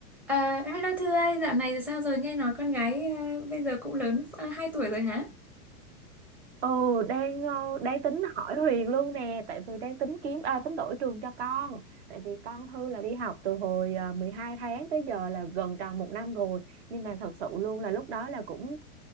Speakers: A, in the centre; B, on the right.
A: À, hello Thư ơi, dạo này sao rồi nghe nói con gái à, bây giờ cũng lớn uh, 2 tuổi rồi hả?
B: ừ đang ờ, đang tính hỏi Huyền luôn nè tại vì đang tính kiếm à, tính đổi trường cho con tại vì con Thư là đi học từ hồi ờ, mười hai tháng tới giờ là gần tròn một năm rồi nhưng mà thật sự luôn là lúc đó là cũng